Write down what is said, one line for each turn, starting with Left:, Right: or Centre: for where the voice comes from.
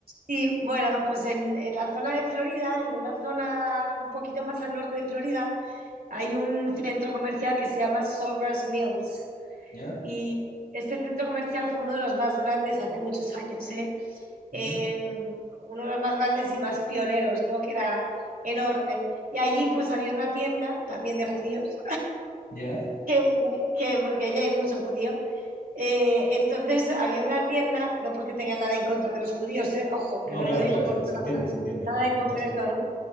Right: Sí, bueno, pues en, en la zona de Florida, en una zona un poquito más al norte de Florida, hay un centro comercial que se llama Sawgrass Mills.
Left: ¿Ya?
Right: Y este centro comercial fue uno de los más grandes hace muchos años, ¿eh?
Left: ¿Mm?
Right: Eh, uno de los más grandes y más pioneros, ¿no? Que era enorme. Y allí pues había una tienda también de judíos
Left: ¿Ya?
Right: que, que- porque allí hay mucho judío. Eh, entonces había una tienda, no porque tenga nada en contra de los judíos, eh, ojo,
Left: No,
Right: que no
Left: claro,
Right: lo digo
Left: claro,
Right: por
Left: se, se
Right: nada,
Left: entiende, se entiende
Right: nada
Left: el
Right: en
Left: contexto.
Right: concreto, ¿no?